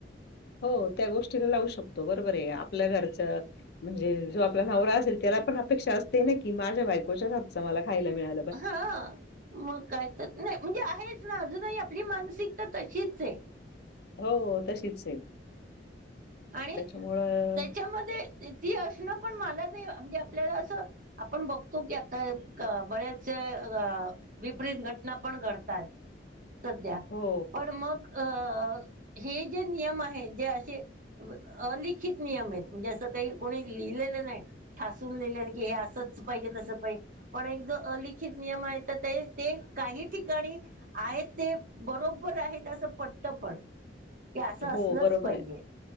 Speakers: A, on the left; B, on the right.
A: हो त्या गोष्टीला लावू शकतो. बरोबर आहे. आपल्या घरचं म्हणजे जो आपला नवरा असेल त्याला पण अपेक्षा असते ना की, माझ्या बायकोच्या हातचा मला खायला मिळा
B: हा मग काय तर नाही म्हणजे आहेच ना अजूनही आपली मानसिकता तशीच आहे.
A: हो तशीच आहे.
B: आणि
A: त्याच्यामुळं
B: त्याच्यामध्ये ती असणं पण मला नाही म्हणजे आपल्याला असं आपण बघतो की, आता बऱ्याचशा विपरीत घटना पण घडतात सध्या
A: हो,
B: पण मग अ हे जे नियम आहे जे असे अलिखित नियम आहेत म्हणजे असं काही कोणी लिहिलेलं नाही. ठासून लेले की हे असंच पाहिजे तसं पाहिजे. पण एक जो अलिखित नियम आहे तर ते ते काही ठिकाणी. आहेत ते बरोबर आहेत. असं पटत पण की असं
A: हो,
B: असलंच
A: बरोबर
B: पाहिजे.
A: आहे.